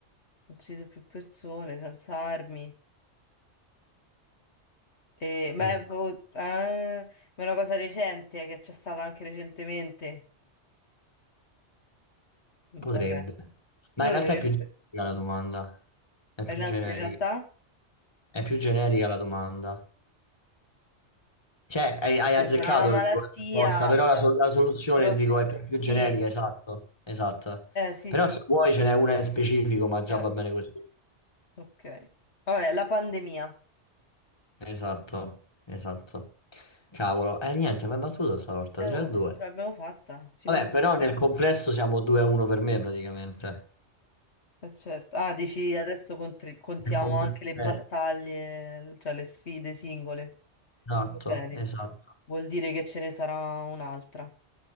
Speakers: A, on the left; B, on the left.
A: ucciso più persone senza armi. Eh, ma
B: Esatto.
A: è, proprio- ah, ma è una cosa recente che c'è stata anche recentemente. Mm,
B: Potrebbe.
A: Vabbè,
B: Ma
A: potrebbe.
B: in realtà è più generica la domanda. È più
A: In, alt-
B: generica.
A: in realtà?
B: È più generica la domanda. Cioè, hai, hai
A: Beh,
B: azzeccato
A: sarà una malattia,
B: il dico, la risposta, però la,
A: eh,
B: sol- la soluzione
A: però
B: dico,
A: se-
B: è più, più
A: sì,
B: generica, esatto, esatto.
A: eh, sì,
B: Però
A: sì,
B: se vuoi ce n'è una in specifico, ma già
A: eh,
B: va bene così.
A: ok. Vabbè, la pandemia.
B: Esatto, esatto. Cavolo, e eh, niente, mi ha battuto stavolta
A: Eh,
B: 3
A: oh,
B: a 2.
A: eh, ce l'abbiamo fatta, finalmente.
B: Vabbè, però nel complesso siamo 2 a 1 per me praticamente.
A: Eh, certo. Ah, dici adesso contri- contiamo
B: Nel complesso,
A: anche le battaglie, cioè le sfide singole.
B: esatto,
A: Va bene,
B: esatto.
A: vuol dire che ce ne sarà un'altra.